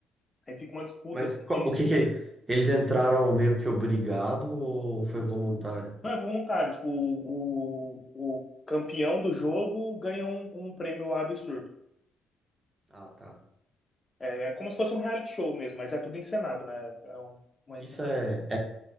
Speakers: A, on the left; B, on the right.
A: Aí fica uma disputa
B: mas
A: assim,
B: qual-
A: de.
B: o que que é? eles entraram meio que obrigado ou foi voluntário?
A: Não, é voluntário. Tipo, o, o, o campeão do jogo ganha um, um prêmio lá absurdo.
B: Ah, tá.
A: É, é como se fosse um reality show mesmo, mas é tudo encenado, né? É um, uma encenação.
B: Isso é,